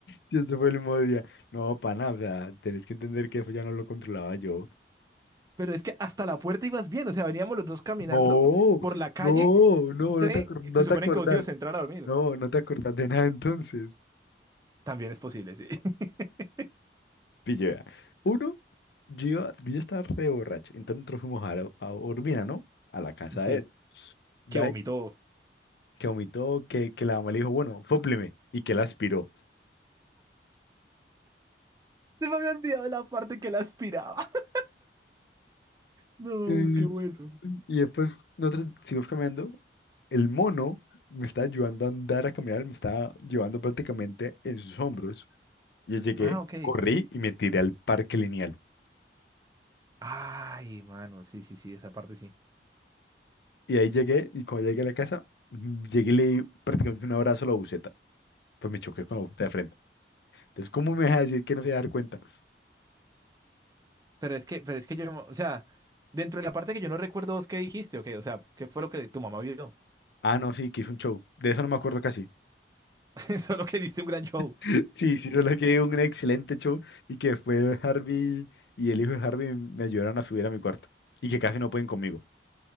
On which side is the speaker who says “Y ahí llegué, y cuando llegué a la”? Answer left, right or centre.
Left